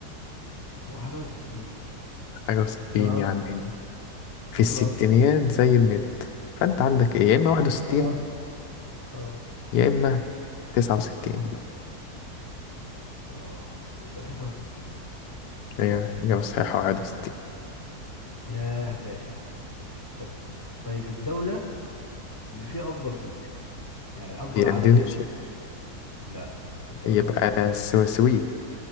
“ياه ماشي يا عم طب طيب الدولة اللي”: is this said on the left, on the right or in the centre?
Left